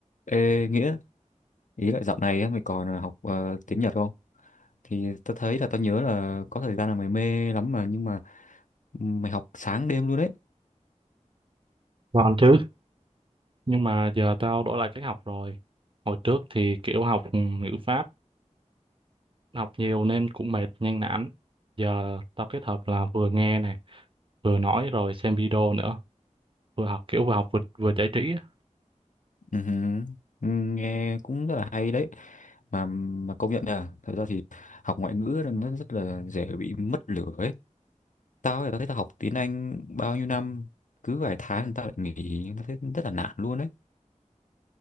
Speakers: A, on the left; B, on the right.
A: Ê, Nghĩa, ý là dạo này á, mày còn ờ, học ờ, tiếng Nhật không? Thì tao thấy là tao nhớ là có thời gian là mày mê lắm mà nhưng mà mày học sáng đêm luôn đấy.
B: Còn chứ, nhưng mà giờ tao đổi lại cách học rồi. Hồi trước thì kiểu học ngữ pháp, học nhiều nên cũng mệt, nhanh nản. Giờ tao kết hợp là vừa nghe này, vừa nói rồi xem video nữa. Vừa học kiểu vừa học vừa, vừa giải trí. á.
A: Ừ hừ, ừ, Nghe cũng rất là hay đấy. Mà mà công nhận là thật ra thì học ngoại ngữ là nó rất là dễ bị mất lửa ấy. Tao thì tao thấy tao học tiếng Anh bao nhiêu năm cứ vài tháng tao lại nghỉ, tao thấy rất là nản luôn đấy.